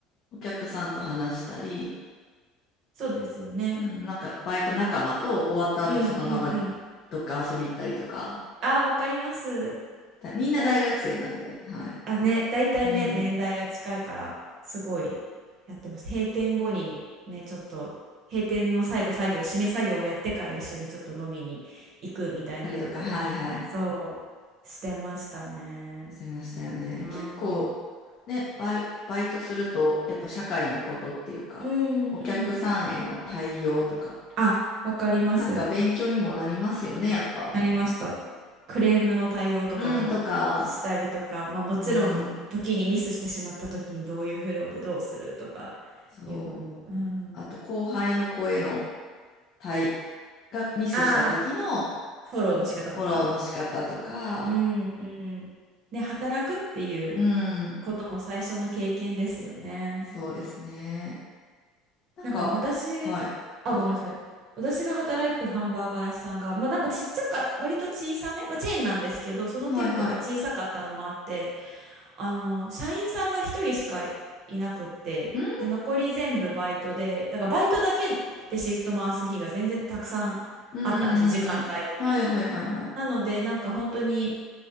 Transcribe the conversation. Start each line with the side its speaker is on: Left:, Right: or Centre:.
Left: お客さんと話したり、
Right: そうですよね。
Left: うん、なんか、バイト仲間と終わった後そのまま
Right: うんうんうん。
Left: どっか遊び行ったりとか。
Right: あー、わかります。
Left: だみんな大学生なんで、
Right: バイ
Left: はい。
Right: あ、ね、大体ね、
Left: うん。
Right: 年代が近いから、すごいやってます。閉店後にね、ちょっと、閉店の最後、作業、締め作業をやってから一緒にちょっと飲みに行くみたいなことを、
Left: ありとか、はいはい。
Right: そう、してましたね。
Left: してましたよね。
Right: あ
Left: 結構、
Right: あ。
Left: ね、バイ、バイトすると、やっぱ社会のことっていうか、
Right: うんうん。
Left: お客さんへの対応とか、
Right: あ、わかります。
Left: なんか勉強にもなりますよね、やっぱ。
Right: なりました。クレームの対応とかもしたりとか、
Left: うん、とか、
Right: まあもちろん、
Left: うん、
Right: 時にミスしてしまった時にどういうフローでどうするとか
Left: そう。
Right: いうのも、うん。
Left: あと、後輩の子への対、がミスした時の
Right: あフォローの仕方とか、
Left: フォローの仕方とか、
Right: うんうんね、働くっていう
Left: うん、
Right: ことの最初の経験ですよね。
Left: そうですね。なんか、
Right: なんか私、
Left: はい、どうぞ。
Right: あ、ごめんなさい。私が働いてたハンバーガー屋さんが、まあなんかちっちゃか、割と小さめ、まあチェーンなんですけど、その店舗が小さかったのもあって、
Left: はいはい。
Right: あの、社員さんが一人しかいなくって、
Left: うん、
Right: で、残り全部バイトで、だからバイトだけでシフト回す日が全然たくさんあったんですよ、
Left: うん、うん、
Right: 時間帯的に。
Left: うん。うんはいはいはいはい。
Right: なので、なんか本当に、